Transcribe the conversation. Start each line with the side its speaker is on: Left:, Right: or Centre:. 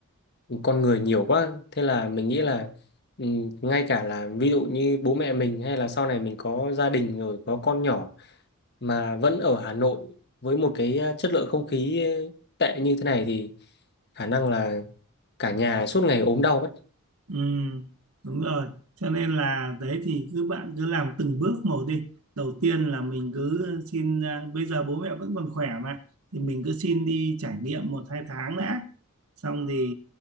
Left: con người nhiều quá thế là mình nghĩ là ừ, ngay cả là ví dụ như bố mẹ mình hay là sau này mình có gia đình rồi có con nhỏ mà vẫn ở Hà Nội với một cái ờ, chất lượng không khí ờ, tệ như thế này thì khả năng là cả nhà suốt ngày ốm đau mất
Right: Ừ, đúng rồi. Cho nên là đấy thì cứ bạn cứ làm từng bước một đi. Đầu tiên là mình cứ xin à, bây giờ bố mẹ vẫn còn khỏe mà thì mình cứ xin đi trải nghiệm một hai tháng đã. Xong thì